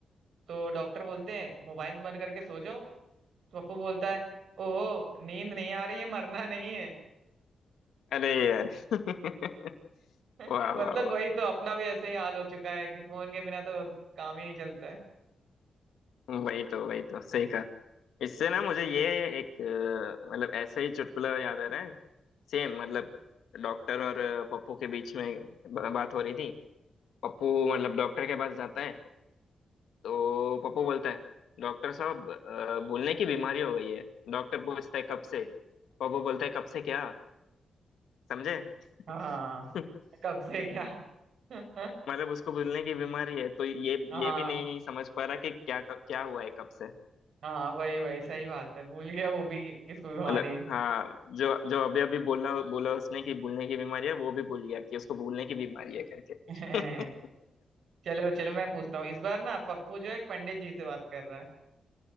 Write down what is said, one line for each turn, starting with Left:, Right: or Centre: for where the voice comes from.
Right: तो डॉक्टर बोलते हैं मोबाइल बंद करके सो जाओ तो पप्पू बोलता है ओहो नींद नहीं आ रही है मरना नहीं है
Left: अरे यार <laughs>
Right: <laughs>
Left: वाह
Right: मतलब
Left: वाह वाह
Right: वही तो अपना भी ऐसे ही हाल हो चुका है कि फोन के बिना तो काम ही नहीं चलता है
Left: वही तो वही तो सही कहा इससे ना मुझे ये एक अ, मतलब ऐसे ही चुटकुला याद आ रहा है सेम मतलब डॉक्टर और अ, पप्पू के बीच में ब- बात हो रही थी पप्पू मतलब डॉक्टर के पास जाता है तो पप्पू बोलता है डॉक्टर साहब अ, भूलने की बीमारी हो गई है डॉक्टर पूछता है कब से पप्पू बोलता है कब से क्या समझे
Right: हाँ
Left: <laughs>
Right: कब से क्या <laughs>
Left: मतलब उसको भूलने की बीमारी है तो ये
Right: हाँ
Left: ये भी नहीं समझ पा रहा कि क्या क्या हुआ है कब से
Right: हाँ वही वही सही बात है भूल गया वो भी कि- किसको बीमारी
Left: मतलब
Right: है
Left: हाँ जो जो अभी अभी बोला बोला उसने कि भूलने की बीमारी है वो भी भूल गया कि उसको भूलने की बीमारी है करके
Right: <laughs>
Left: <laughs>
Right: चलो चलो मैं पूछता हूँ इस बार ना पप्पू जो है एक पंडित जी से बात कर रहा है